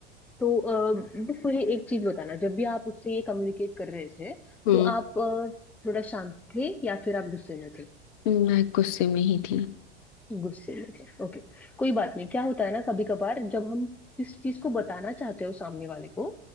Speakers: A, in the centre; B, on the left.
A: तो अ, बस मुझे एक चीज बताना जब भी आप उससे ये कम्युनिकेट कर रहे थे
B: हम्म
A: तो आप अ, थोड़ा शांत थे या फिर आप गुस्से में थे
B: मैं गुस्से में ही थी
A: गुस्से में थे ओके कोई बात नहीं क्या होता है ना कभी कभार जब हम किस चीज को बताना चाहते हो सामने वाले को